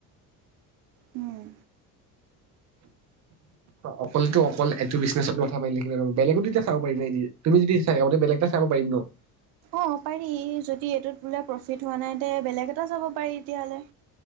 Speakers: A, on the right (about 80°); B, on the right (about 50°).
A: উম।
B: অকলেতো-অকল এইটো বিজনেচত মাঠা মাৰি থাকিলে নহ'ব, বেলেগতো এতিয়া চাব পাৰি নে কি, তুমি যদি <unintelligible> বেলেগ এটা চাব পাৰিম ন।
A: অ', পাৰি, যদি এইটোত বোলে প্ৰফিট হোৱা নাই, তে বেলেগ এটা চাব পাৰি তেতিয়াহ'লে।